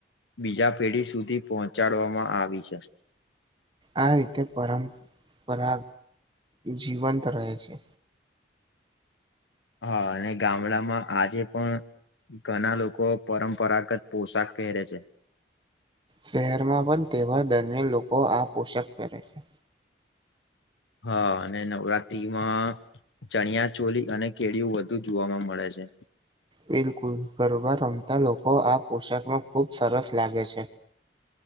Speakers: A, on the left (about 80°); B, on the right (about 25°).
A: બીજા પેઢી સુધી પહોંચાડવામાં આવી છે.
B: આ રીતે પરંપરા જીવંત રહે છે.
A: હા અને ગામડામાં આજે પણ ઘણા લોકો પરંપરાગત પોશાક પહેરે છે.
B: શહેરમાં પણ તહેવાર દરમિયાન લોકો આ પોષક પહેરે છે.
A: હા અને નવરાતી માં. ચણિયા ચોલી અને કેળિય વધુ જોવાવામાં મળે છે.
B: બિલકુલ ગરબા રમતા લોકો આ પોશાકમાં ખૂબ સરસ લાગે છે.